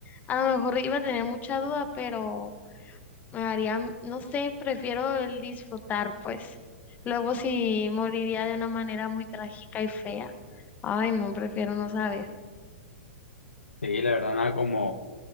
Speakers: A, on the left (about 25°); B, on the left (about 80°).
A: A lo mejor iba a tener mucha duda, pero me haría, m- no sé, prefiero el disfrutar, pues. Luego sí moriría de una manera muy trágica y fea. Ay, no, prefiero no saber.
B: Sí, la verdad, nada como